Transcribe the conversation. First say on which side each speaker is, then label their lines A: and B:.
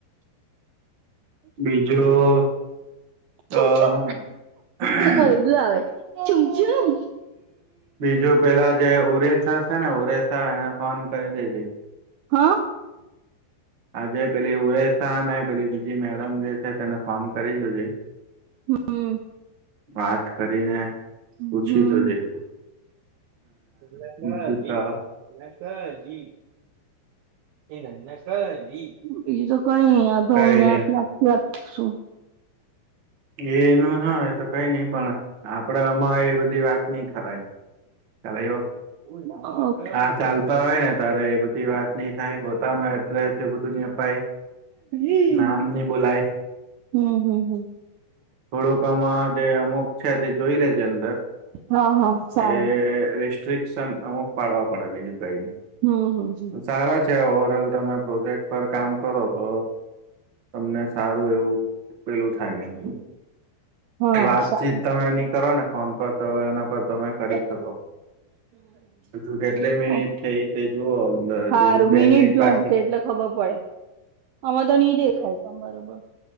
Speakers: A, on the right (about 60°); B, on the right (about 80°).
A: બીજું
B: છું
A: અ
B: છું
A: હું
B: અવે બોલાવે ચું ચું.
A: બીજું પેલા જે ઓરેસા છે ને ઓરેસા એને ફોન કરી દેજે.
B: હા.
A: આજે પેલી ઉરેશાને પેલી બીજી મેડમ જે છે તેને ફોન કરી જોજે.
B: હામ હમ્મ.
A: વાત કરીને
B: હમ.
A: પૂછી જોજે.
B: <unintelligible>
A: બીજું તો
B: <unintelligible> બીજું તો કઈ નહીં. ભાઈ
A: કઈ
B: ને
A: નહી
B: <unintelligible> શું.
A: એ ન ના આવે તો કઈ નઈ પણ આપડે અમાં એ બધી વાત નઈ કરાય ખ્યાલ આવ્યો.
B: <unintelligible>
A: હા ચાલતા હોય ને તારે એ બધી વાત નઈ થાય પોતાનું એડ્રેસ એ બધું <unintelligible>
B: હમ
A: નામ ની બોલાય.
B: હમ હમ
A: થોડુંક આમ જે અમુક છે તે જોઈ લેજે અંદર.
B: હા હા સારું
A: એ રિસ્ટ્રિકશન અમુક પાડવા પડે બીજું કઈ ની.
B: હમ હમ હમ્મ.
A: સારા છે ઓવર ઓલ તમે પ્રોજેક્ટ પર કામ કરો તો તમને સારું એવું પેલું થાય એમ.
B: હા
A: વાતચીત
B: સારું
A: તમે એની કરો ને ફોન પર તો એના પર તમે કરી શકો. હજુ કેટલી મિનિટ
B: ઓ
A: થઈ તે જુઓ અંદર
B: હારું
A: હજુ બે
B: મિનિટ જોઉ
A: બાકી
B: તો
A: છે.
B: એટલે ખબર પડે અમાં તો નહી દેખાવ તમ બરોબર.